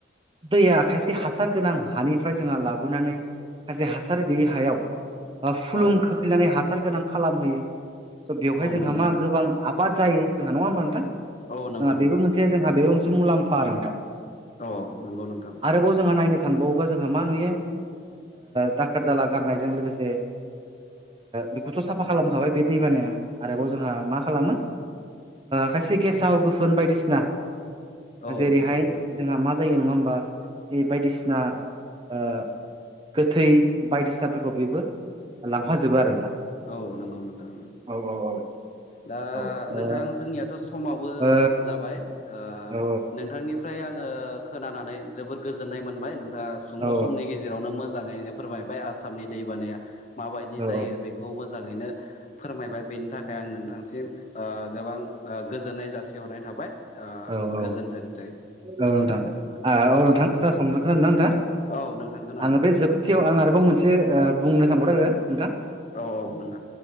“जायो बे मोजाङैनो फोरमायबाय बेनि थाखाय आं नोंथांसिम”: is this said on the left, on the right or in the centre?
Left